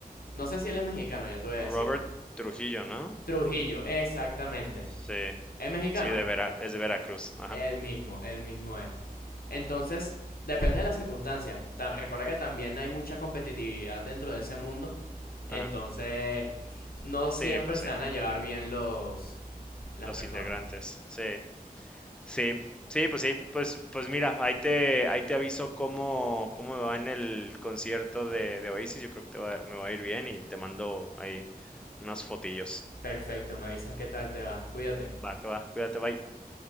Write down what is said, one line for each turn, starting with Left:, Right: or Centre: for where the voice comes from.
Left: No sé si él es mexicano, ya te voy a
Centre: Robert
Left: decir.
Centre: Trujillo, ¿no?
Left: Trujillo, exactamente.
Centre: Sí,
Left: ¿Es mexicano?
Centre: sí, de Vera, es de Veracruz, ajá,
Left: El mismo, el mismo es. Entonces, depende de las circunstancias. Ta- recuerda que también hay mucha competitividad dentro de ese mundo. Entonces,
Centre: ajá.
Left: no
Centre: Sí,
Left: siempre
Centre: pues
Left: se
Centre: sí,
Left: van a llevar bien los las
Centre: los
Left: personas.
Centre: integrantes, sí, sí, sí, pues sí, pues, pues mira, ahí te, ahí te aviso cómo, cómo me va en el concierto de, de Oasis, yo creo que te va- me va a ir bien y te mando ahí unas fotillos.
Left: Perfecto, me avisas qué tal te va. Cuídate.
Centre: Va, que va, cuídate, bye.